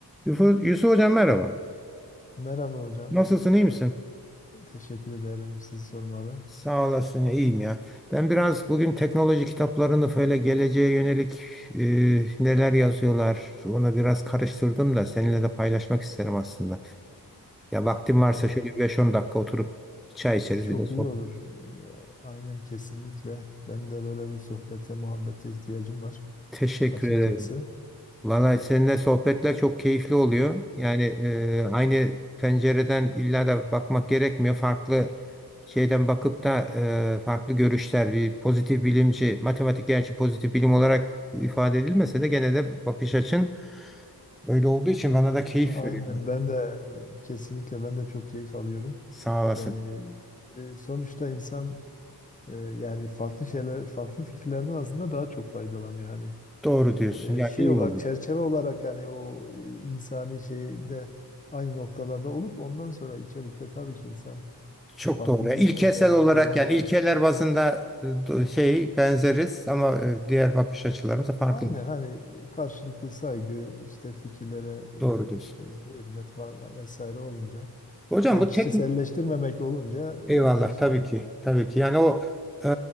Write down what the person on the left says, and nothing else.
Merhaba hocam.
Teşekkür ederim sizi sormalı.
Evet,
çok
iyi olur. Ee, Aynen kesinlikle. Ben de böyle bir sohbete, muhabbete ihtiyacım var
açıkçası.
Aynen
ben de kesinlikle ben de çok keyif alıyorum.
Yani e, sonuçta insan e, yani farklı şeyler, farklı fikirlerden aslında daha çok faydalanıyor. Hani
e, şey
olarak,
çerçeve olarak hani o insani şeyde aynı noktalarda olup ondan sonra içerikte tabii ki insan
farklı
düşünenleri
gördükçe.
Aynen hani karşılıklı saygı, işte fikirlere,
e, işte hürmet falan vesaire olunca.
Yani
kişiselleştirmemek
olunca e,
bir şekilde.